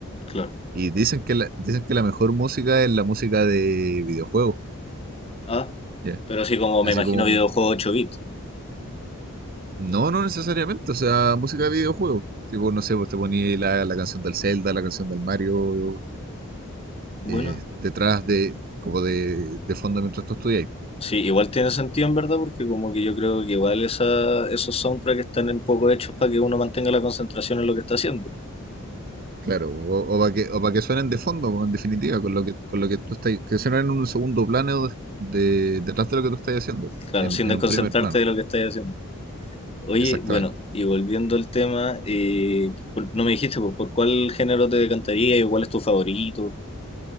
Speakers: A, on the left; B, on the right.
A: Claro.
B: Y dicen que la, dicen que la mejor música es la música de videojuegos,
A: Ah,
B: ¿ya?
A: pero así como
B: Así
A: me imagino
B: como,
A: videojuego
B: un-
A: 8 bits.
B: no, no necesariamente, o sea, música de videojuegos. Tipo, no sé, vos te ponías la, la canción del Zelda, la canción del Mario,
A: Bueno,
B: eh, detrás de, como de, de fondo mientras tú estudias.
A: sí, igual tiene sentido en verdad, porque como que yo creo que igual esa, esos soundtracks están un poco hechos para que uno mantenga la concentración en lo que está haciendo.
B: Claro, o, para que, o pa' que suenen de fondo, po, en definitiva, con lo que, con lo que tú estás, que suenen en un segundo plano de- de- detrás de lo que tú estás haciendo,
A: Claro,
B: en,
A: sin desconcentrarte
B: en un primer plano,
A: de lo que estás haciendo. Oye,
B: exactamente.
A: bueno, y volviendo al tema, eh, por- no me dijiste, pues, ¿por cuál género te decantaría y cuál es tu favorito?